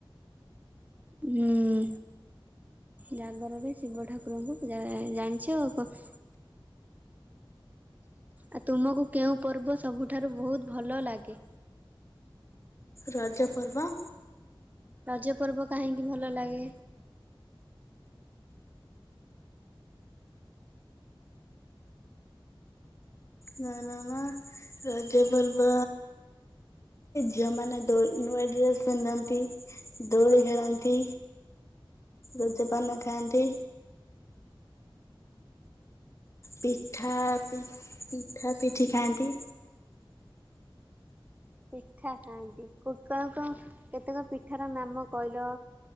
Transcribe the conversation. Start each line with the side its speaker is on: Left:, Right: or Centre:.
Right: ହୁଁ, ଜାଗରରେ ଶିବ ଠାକୁରଙ୍କୁ ପୂଜା କରା ଜାଣିଚ ଆଉ କଂ। ଆଉ ତୁମକୁ କେଉଁ ପର୍ବ ସବୁଠାରୁ ବହୁତ ଭଲ ଲାଗେ?
Left: ରଜପର୍ବ।
Right: ରଜ ପର୍ବ କାହିଁକି ଭଲ ଲାଗେ?
Left: ନା ନା ନା ରଜପର୍ବ ଝିଅ ମାନେ ଦୋ ନୂଆ ଡ୍ରେସ ପିନ୍ଧନ୍ତି। ଦୋଳି ଖେଳନ୍ତି। ରଜପାନ ଖାଆନ୍ତି। ପିଠା, ପିଠା ପିଠି ଖାଆନ୍ତି।
Right: ପିଠା ଖାଆନ୍ତି। କୁକୁଳଙ୍କ କେତେକ ପିଠା ର ନାମ କହିଲ?